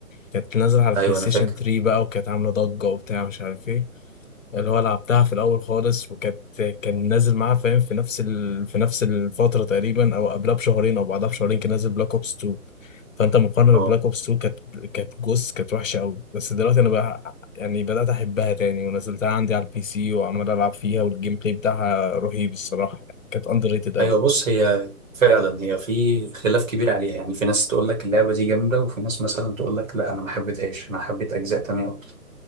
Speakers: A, on the left (about 60°); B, on the right (about 60°).
A: كانت نازلة على البلاي
B: ايوه
A: ستيشن
B: انا فاكر
A: 3 بقى وكانت عاملة ضجة وبتاع مش عارف إيه. اللي هو لعبتها في الاول خالص وكانت كان نازل معاه فاهم في نفس ال... في نفس الفتره تقريبا او قبلها بشهرين او بعدها بشهرين كان نازل بلاك اوبس 2 فانت مقارنه
B: اه
A: ببلاك اوبس 2 كانت كانت جوس كانت وحشه قوي بس دلوقتي انا بقى يعني بدات احبها تاني ونزلتها عندي على البي سي وعمال العب فيها والجيم بلاي بتاعها رهيب الصراحه يعني كانت اندر ريتد قوي
B: ايوه بص هي فعلا هي في خلاف كبير عليها يعني في ناس تقول لك اللعبه دي جامده وفي ناس مثلا تقول لك لا انا ما حبيتهاش انا حبيت اجزاء تانية اكتر